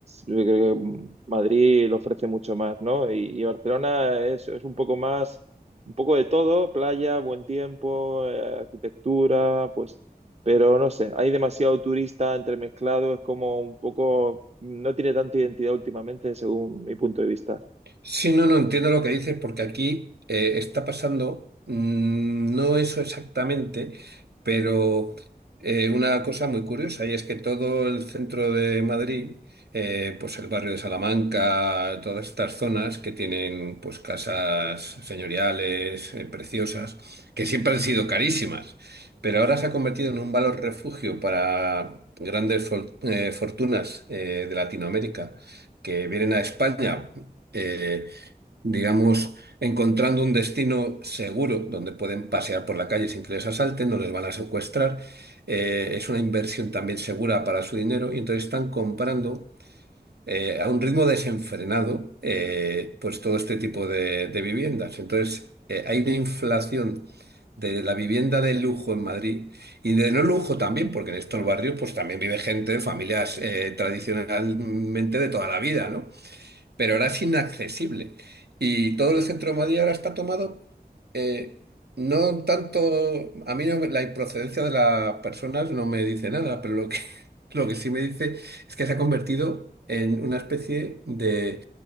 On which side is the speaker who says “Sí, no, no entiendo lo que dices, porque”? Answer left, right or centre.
Right